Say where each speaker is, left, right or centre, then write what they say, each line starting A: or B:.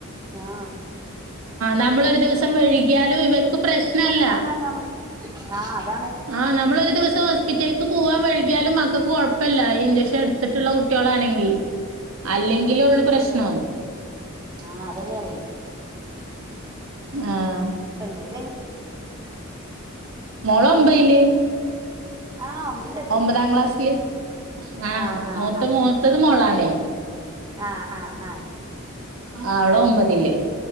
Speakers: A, on the right; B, on the right.
A: ആ.
B: നമ്മളൊരു ദിവസം വഴുകിയാലും ഇവർ പ്രശ്നല്ല
A: ചെന്നാ ഞമ്മ ആഹ് അതാണ്
B: ആ, നമ്മളരു ദിവസം ഹോസ് സ്പിറ്റേക്ക് പോവാൻ വഴുകിയാലും മക്കൾക്ക് കൊഴപ്പല്ല. ഈ ഇൻചെക്ഷൻ ഇടുത്തിട്ട്ള്ള കുട്ടികളാണെങ്കി അല്ലെങ്കിലൊള്ളു പ്രശ്നം.
A: ആഹ അതന്നെയാണ്
B: ആഹ
A: അല്ലേ വല്
B: മോളോമ്പയില്
A: ആഹ് അമ്പിലെത്തി
B: ഒമ്പതാം ക്ലാസ്സില് ആഹ
A: ആഹ് ആഹ്
B: മൂത്ത മൂത്തത് മോളാണേ
A: ആഹ ആഹ് ആഹ
B: ആഹ അവളൊമ്പതില്